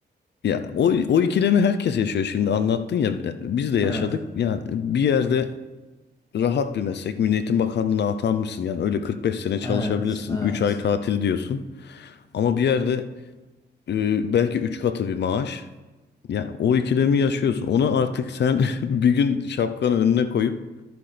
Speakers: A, on the left (about 70°); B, on the left (about 20°).
A: ya o, o ikilemi herkes yaşıyor şimdi anlattın ya biz de yaşadık.
B: evet.
A: Yani bir yerde rahat bir meslek. Milli Eğitim Bakanlığı'na atanmışsın. Yani öyle 45 sene çalışabilirsin.
B: Evet. Evet.
A: üç ay tatil diyorsun. Ama bir yerde e, belki 3 katı bir maaş. Yani o ikilemi yaşıyorsun. Onu artık sen <laughs> bir gün şapkanı önüne koyup